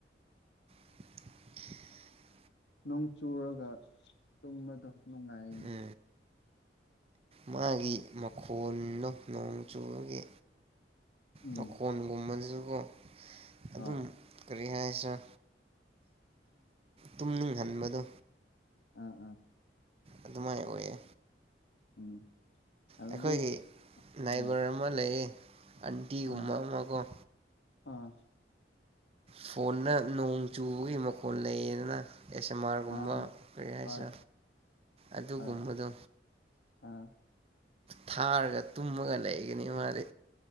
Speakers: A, on the right; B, on the left.
A: <unintelligible>
B: ꯅꯣꯡ ꯆꯨꯔꯒ ꯇꯨꯝꯕꯗꯣ ꯅꯨꯡꯉꯥꯏꯅꯤ
A: ꯑ ꯃꯥꯒꯤ ꯃꯈꯣꯟꯗꯣ ꯅꯣꯡ꯫ ꯆꯨꯝꯕꯒꯤ
B: ꯎꯝ
A: ꯃꯈꯣꯟꯒꯨꯝꯕꯁꯨꯀꯣ ꯑꯗꯨꯝ
B: ꯍꯣꯏ
A: ꯀꯔꯤ ꯍꯥꯏꯁꯤꯔ ꯇꯨꯝꯅꯤꯡꯍꯟꯕꯗꯣ
B: ꯑꯥ-ꯑꯥ
A: ꯑꯗꯨꯃꯥꯏꯅ ꯑꯣꯏꯌꯦ
B: ꯎꯝ ꯑꯗꯨꯗꯤ
A: ꯑꯩꯈꯣꯏꯒꯤ ꯅꯥꯏꯕꯔ
B: ꯎꯝ
A: ꯑꯃ ꯂꯩꯌꯦ ꯑꯟꯇꯤꯒꯨꯝꯕ
B: ꯑꯥ
A: ꯑꯃ ꯀ‌ꯣ
B: ꯑꯥ
A: ꯐꯣꯟꯅ ꯅꯣꯡ ꯆꯨꯕꯒꯤ ꯃꯈꯣꯟꯜ ꯂꯩꯌꯦꯗꯅ ꯑꯦꯁ ꯑꯦꯝ ꯑꯥꯔꯒꯨꯝꯕ
B: ꯑꯥ ꯑꯥ
A: ꯀꯔꯤ ꯍꯥꯏꯁꯦ
B: ꯍꯣꯏ
A: ꯑꯗꯨꯒꯨꯝꯕꯗꯣ
B: ꯍꯣꯏ ꯑꯥ
A: ꯊꯥꯔꯒ ꯇꯨꯝꯃꯒ ꯂꯩꯒꯅꯤ ꯃꯥꯗꯤ